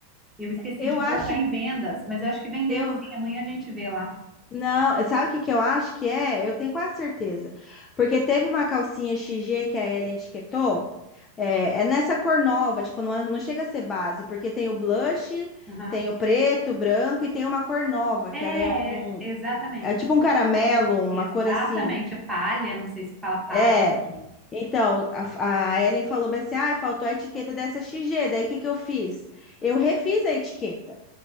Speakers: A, in the centre; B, on the left.
A: Eu esqueci
B: Eu
A: de
B: acho.
A: colocar em vendas, mas eu acho que vendeu
B: Eu.
A: sim, amanhã a gente vê lá.
B: Não, sabe o que que eu acho que é? Eu tenho quase certeza. Porque teve uma calcinha XG que a Ellen etiquetou. É, é nessa cor nova, tipo, não, é- não chega a ser base, porque tem o blush,
A: Uhum.
B: tem o preto, o branco e tem uma cor nova, que
A: É,
B: ela é um.
A: é, exatamente.
B: É tipo um caramelo, uma
A: Exatamente.
B: cor assim.
A: A palha, não sei se fala palha,
B: É.
A: enfim.
B: Então, a, a Ellen falou bem assim: ai, faltou a etiqueta dessa XG. Daí o que que eu fiz? Eu refiz a etiqueta.